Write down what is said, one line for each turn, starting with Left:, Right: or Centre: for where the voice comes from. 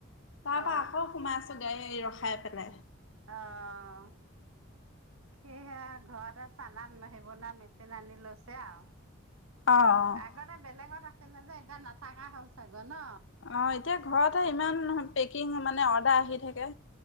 Left: তাৰ
Right: অ
Left: পৰা আকৌ সোমাইছোঁ গে গাড়ী ৰখা। খাই পেলাই।
Right: অ' সেইহে ঘৰতে চানা বনা মেচিন আনি লৈছে আৰু।
Left: অ' অ'
Right: আগতে বেলেগত। আছিলে যে এবাৰ নাথাকা হ'ল চাগে। <inaudible>
Left: অ' এতিয়া ঘৰতে ইমান পেকিং মানে অৰ্ডাৰ আহি থাকে।